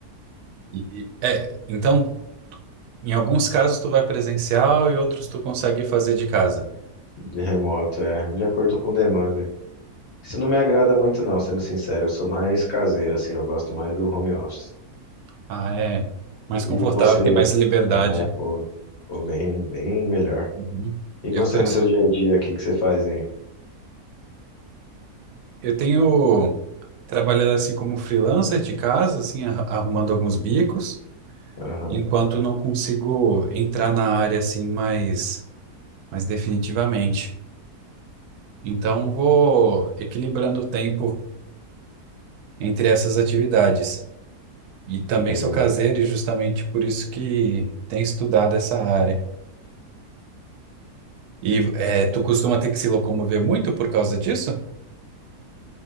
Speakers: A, on the right (about 80°); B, on the left (about 55°).
A: E- e- é, então, em alguns casos tu vai presencial e outros tu consegue fazer de casa.
B: de remoto? É, de acordo com demanda. Isso não me agrada muito, não, sendo sincero. Eu sou mais caseiro, assim, eu gosto mais do home office.
A: Ah, é mais
B: E
A: confortável,
B: você?
A: tem mais liberdade.
B: É, pô, pô, bem, bem melhor.
A: Uhum.
B: E
A: Eu
B: você
A: tô,
B: no seu dia a dia, o que que você faz, hein?
A: eu tenho trabalhado assim como freelancer de casa, assim, arru- arrumando alguns bicos,
B: Aham,
A: enquanto não consigo entrar na área assim mais, mais definitivamente. Então, vou equilibrando o tempo entre essas atividades. E também
B: legal.
A: sou caseiro e justamente por isso que tenho estudado essa área. E é, tu costuma ter que se locomover muito por causa disso?